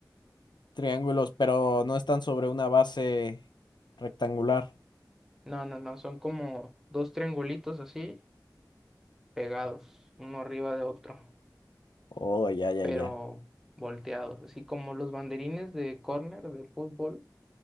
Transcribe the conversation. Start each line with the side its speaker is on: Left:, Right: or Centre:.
Left: Triángulos, pero no están sobre una base rectangular.
Centre: No, no, no, son como dos triangulitos así, pegados, uno arriba de otro,
Left: Oh, ya, ya,
Centre: pero
Left: ya.
Centre: volteados, así como los banderines de córner de fútbol,